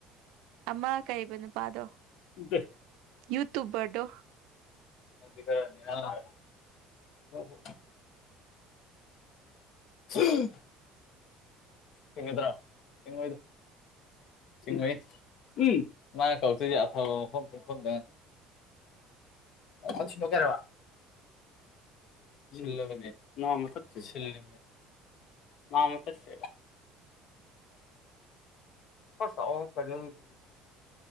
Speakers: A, on the right; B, on the left.
A: ꯑꯃ ꯀꯩꯕ ꯅꯨꯄꯥꯗꯣ
B: ꯎꯗ
A: ꯌꯨꯇꯨꯕꯔꯗꯣ
B: <unintelligible> <unintelligible> ꯊꯦꯡꯉꯗꯔ ꯊꯦꯡꯉꯣꯏꯗ ꯊꯦꯡꯉꯣꯏ ꯎꯝ ꯃꯥꯅ ꯀꯧꯇꯣꯏꯁꯦ ꯑꯐꯕ ꯃꯐꯝ ꯄꯨꯟꯐꯝꯗ ꯑꯣꯟ ꯁꯤꯗꯣꯛꯀꯦ ꯍꯥꯏꯔꯣ꯫ ꯁꯤꯜꯂꯕꯅꯦ ꯅꯝꯃꯥ ꯈꯛꯇꯥ ꯁꯤꯜꯂꯤ ꯃꯥꯃ ꯆꯠꯈꯔꯦ <unintelligible> ꯐꯖꯅꯤ